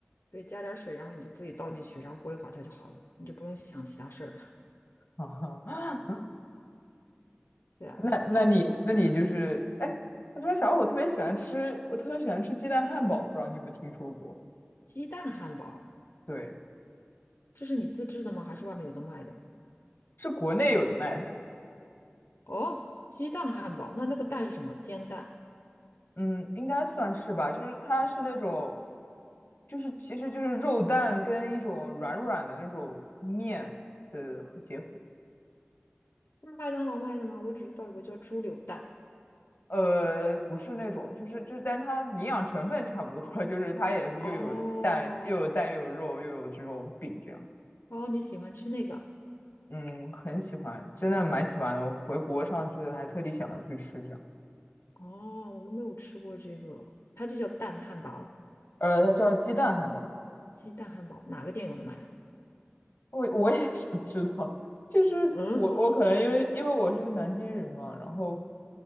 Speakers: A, on the left (about 70°); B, on the left (about 55°).
A: 对，加点水，然后你就自己倒进去，然后过一会儿它就好了，你就不用想其他事儿。<laughs>
B: <laughs> 啊
A: 对啊，
B: 那那你那你就是，
A: 然后
B: 哎，我突然想到，我特别喜欢吃，我特别喜欢吃鸡蛋汉堡，不知道你有没有听说过？
A: 鸡蛋汉堡，
B: 对，
A: 这是你自制的吗？还是外面有的卖的？
B: 是国内有的卖的。
A: 哦，鸡蛋汉堡，那那个蛋是什么？煎蛋？
B: 嗯，应该算是吧，就是它是那种，就是其实就是肉蛋跟一种软软的那种面的和结合，
A: 是麦当劳卖的吗？我只知道有个叫猪柳蛋。
B: 呃，不是那种，就是就是，但它营养成分差不多，<laughs> 就是它也是又有蛋又有蛋又有肉又有这种饼这样，
A: 哦，哦，你喜欢吃那个？
B: 嗯，很喜欢，真的蛮喜欢的，我回国上次还特地想要去吃这样，
A: 哦，我都没有吃过这个，它就叫蛋汉堡，
B: 呃，它叫鸡蛋汉堡。
A: 鸡蛋汉堡，哪个店有的卖啊？
B: 我我也 <laughs> 想知道，就是我我可能因为因为我是南京人嘛，
A: 嗯，
B: 然后